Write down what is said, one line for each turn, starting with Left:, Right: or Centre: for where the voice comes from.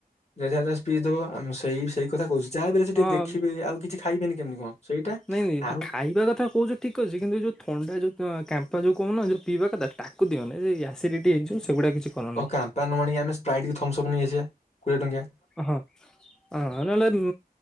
Left: ଯେଝା ଯେଝା ସ୍ପିଚ ଦବ ଆ ମୁଁ ସେଇ ସେଇ କଥା କହୁଛି ଯାହା ବି ହେଲେ ସେ
Centre: ହଁ।
Left: ଟିକେ ଦେଖିବେ ଆଉ କିଛି ଖାଇବେନି କେମିତି କଣ। ସେଇଟା
Centre: ନାଇଁ ନାଇଁ ହ
Left: ଆଉ
Centre: ଖାଇବା କଥା କହୁଛ ଠିକ୍ ଅଛି କିନ୍ତୁ ଯୋଉ ଥଣ୍ଡା ଯଉ କ୍ୟାମ୍ପା ଯୋଉ କହୁନ ଯଉ ପିଇବା କଥା ତାକୁ ଦିଅନିଁ ଏ ଆସିଡିଟି ହେଇଯିବ ସେଗୁଡ଼ା କିଛି କରନି
Left: ଓ କାମ୍ପା ନଆଣି କି ଆମେ ସ୍ପାଇଟ୍ କି ଥମ୍ସ ଅପ୍ ନେଇ ଆସିବା କୋଡ଼ିଏ ଟଙ୍କିଆ।
Centre: ଅହଁ। ହଁ ଆ ନହେଲେ ଉ